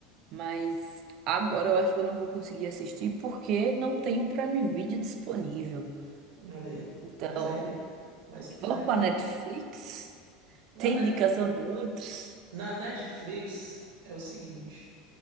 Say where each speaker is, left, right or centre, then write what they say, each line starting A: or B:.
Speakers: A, on the right; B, on the right.
A: mas agora eu acho que eu não vou conseguir assistir porque não tem o Prime Video disponível.
B: Olha aí.
A: Então,
B: Mas aí. Mas né,
A: vamos para Netflix?
B: lá
A: Tem
B: na,
A: indicação de outros?
B: na Netflix é o seguinte.